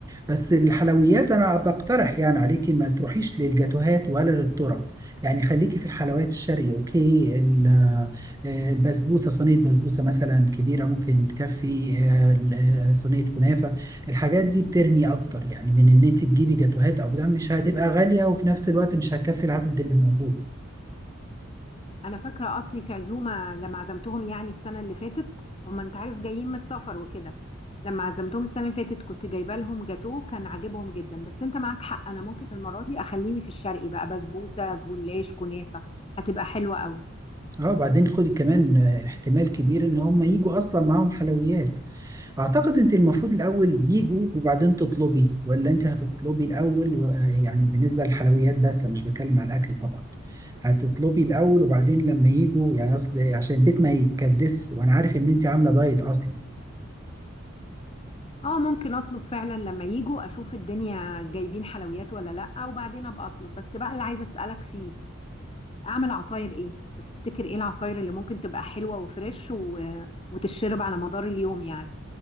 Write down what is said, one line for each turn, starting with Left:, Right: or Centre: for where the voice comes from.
Right: بس الحلويات انا بقترح يعني عليكي ما تروحيش للجاتوهات ولا للطرق يعني خليكي في الحلويات الشرقي اوكي ال- آه، البسبوسه صينيه بسبوسه مثلا كبيره ممكن تكفي آه، ال- آه، صينيه كنافه الحاجات دي بترمي اكتر يعني من ان انت تجيبي جاتوهات او ده مش هتبقى غاليه وفي نفس الوقت مش هتكفي العدد اللي موجود
Left: أنا فاكرة أصلي في عزومة لما عزمتهم يعني السنة اللي فاتت هما أنت عارف جايين من السفر وكده لما عزمتهم السنة اللي فاتت كنت جايبة لهم جاتوه كان عاجبهم جدا بس أنت معاك حق أنا ممكن المرة دي أخليني في الشرقي بقى بسبوسة جلاش كنافة هتبقى حلوة قوي
Right: اه وبعدين خدي كمان آه، احتمال كبير ان هم يجوا اصلا معاهم حلويات اعتقد انت المفروض الاول يجوا وبعدين تطلبي ولا انت هتطلبي الاول و- آه، يعني بالنسبه للحلويات بس انا مش بتكلم على الاكل طبعا هتطلبي الاول وبعدين لما يجوا يعني اصل عشان البيت ما يتكدس وانا عارف ان انت عامله دايت اصلا
Left: اه ممكن اطلب فعلا لما يجوا اشوف الدنيا جايبين حلويات ولا لا وبعدين ابقى اطلب بس بقى اللي عايزه اسالك فيه اعمل عصاير ايه تفتكر ايه العصاير اللي ممكن تبقى حلوة وفريش و... وتتشرب على مدار اليوم يعني